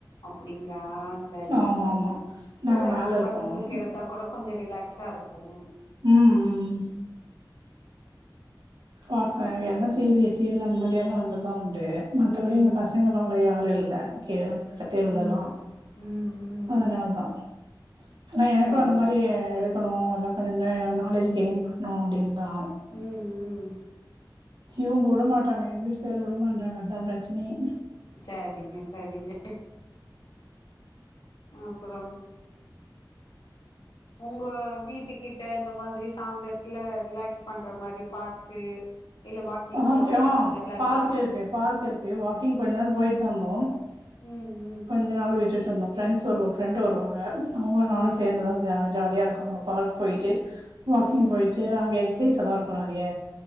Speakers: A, on the left; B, on the right.
A: அப்டிங்களா சரிங்க
B: ஆமாமா.
A: சரிங்க
B: நாங்க
A: ஒரு அஞ்சு
B: மேல இருக்கோம்.
A: பசங்களுக்கு எடுத்தா கூட கொஞ்சோ ரிலாக்ஸாக இருக்கு உம்
B: ம், ம். பாப்பே இல்லனா சிபிஸி இல்ல அந்த மாரியெல்லாம் வந்தா தா உண்டு மத்த
A: ம்
B: படி பச <unintelligible> வேற யாரும் இல்ல கேக் த் தேர்வுழலா
A: ம் ம் ம்
B: அதனால
A: ம்
B: தா ஆனா எனக்கும்
A: சரி
B: அந்த மாரி எடு க்கணும் எல்லா கொஞ்சோ நாலேஜ் கெயின் பண்ணு அப்டின் தா
A: உம் உம்
B: இவுங்க விடமாட்டாங்க எங்க வீட்டுக்காரு விடமாட்றாங்க அதா பிரச்சனயே
A: சேரிங்க சரிங்க அப்றம் உங்க வீட்டு கிட்ட இந்த மாதிரி சாயந்ரத்துல ரிலாக்ஸ் பண்ற மாதிரி பார்க்கு இல்ல வாக்கிங்
B: பார்க்கா
A: போற எடோ அது மாரிலா
B: பார்க்
A: இருக்கா
B: இருக்கு பார்க் இருக்கு வாக்கிங் கொஞ்ச நேரோ போயிட்டு தா வந்தோ
A: உம் உம்
B: இவலவு நாள் விட்டுட் இருந்தோ ஃபிரண்ட்ஸ் வருவா ஃப்ரெண்ட் வருவாங்க அவுங்களும் நானும்
A: ம்
B: சேந்து தான் ச ஜாலியா இருக்கும் அங்க பார்க் போயிட்டு வாக்கிங்
A: ம்
B: போயிட்டு அங்க எக்சைஸ்ல்லா இருக்கும் நெறைய